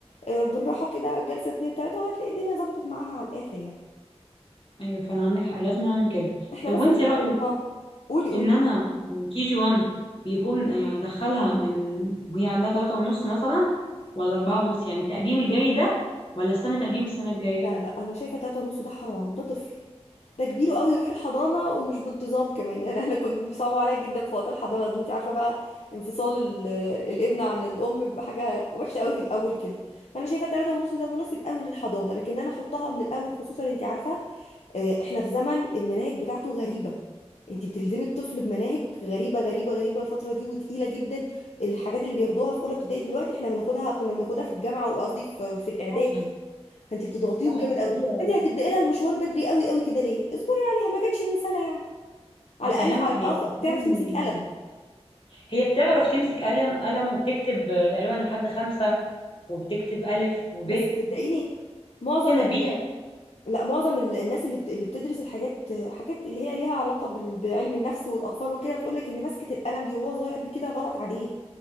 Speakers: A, on the left; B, on the left.
A: آه، بالراحه كده جلسه اتنين تلاته وهتلاقي الدنيا ظبطت معاها على الاخر يعني
B: ايوه فعلا عندك حق لازم اعمل كده
A: احنا
B: طب
A: بس
B: وانت
A: عشان
B: رايك
A: اه قولي قولي
B: ان انا يعني كي جي 1 بيكون يعني ادخلها من وهي عندها ثلاثة ونص مثلا ولا أربعة ونص يعني التقديم الجاي ده ولا استنى تقديم السنة الجاية
A: لا لا انا شايفه تلاتة ونص ده حرام ده طفل ده كبير قوي يروح الحضانه ومش بانتظام كمان يعني انا <laughs> كنت بيصعب عليا جدا في وقت الحضانه دي انت عارفه بقى انفصال ال- آه، الابن عن الام بحاجه وحشه قوي في الاول كده فانا شايفه تلاتة ونص ده مناسب قوي للحضانه لكن انا احطها من الاول خصوصا انت عارفه آه، احنا في زمن المناهج بتاعته غريبه انت بتلزمي الطفل بمناهج غريبه غريبه غريبه الفتره دي وتقيله جدا الحاجات اللي بياخدوها في اولى ابتدائي دلوقتي احنا بناخدها كنا بناخدها في الجامعه وقصدي في في الاعدادي
B: صح
A: فانت بتضغطيهم
B: صح
A: جامد
B: كبير
A: قوي
B: عليه
A: فانت هتبداي لها المشوار بدري قوي قوي كده ليه اصبري عليها ما جاتش من سنه يعني على
B: هفهمك
A: الاقل هعرف-
B: ليه
A: اه
B: عشان
A: تعرف تمسك قلم
B: هي بتعرف تمسك قلم قلم وبتكتب تقريبا لحد خمسة وبتكتب ألف وب
A: بس
B: هي
A: صدقيني معظم
B: هي نبيهة
A: ال... لا معظم ال... الناس اللي بت... اللي بتدرس الحاجات حاجات اللي هي ليها علاقه بال... بعلم النفس والاطفال وكده بتقول لك ان مسكه القلم دي وهو صغير دي كده غلط عليه